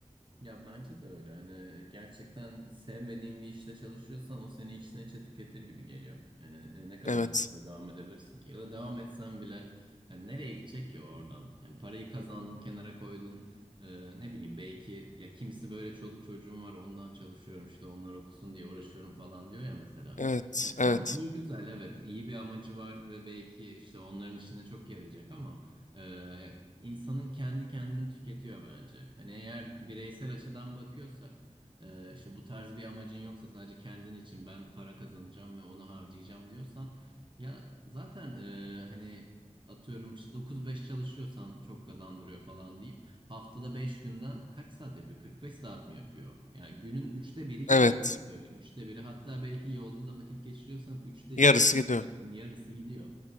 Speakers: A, on the right (about 40°); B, on the left (about 80°).
A: Ya bence de öyle. Hani e, gerçekten sevmediğin bir işte çalışıyorsan o seni içten içe tüketir gibi geliyor. Yani e, ne kadar
B: Evet,
A: uzun süre devam edebilirsin ki? Ya da devam etsen bile yani nereye gidecek ki oradan? Yani parayı kazandın, kenara koydun. E, ne bileyim belki ya kimisi böyle çoluk çocuğum var ondan çalışıyorum işte onlar okusun diye uğraşıyorum falan diyor ya mesela.
B: evet,
A: Ya
B: evet,
A: tamam iyi güzel evet iyi bir amacı var ve belki işte onların işine çok yarayacak ama e, insanın kendi kendini tüketiyor bence. Hani eğer bireysel açıdan bakıyorsak, e, işte bu tarz bir amacın yoksa sadece kendin için ben para kazanacağım ve onu harcayacağım diyorsan, ya zaten e, hani atıyorum işte 9-5 çalışıyorsan çok kazandırıyor falan deyip haftada 5 günden kaç saat yapıyor? 45 saat mi yapıyor? Yani günün üçte biri gidiyor
B: evet.
A: öyle söyleyeyim. Üçte biri hatta belki yolda da vakit geçiriyorsan üçte ikisine
B: Yarısı gidiyor.
A: yakın yarısı gidiyor.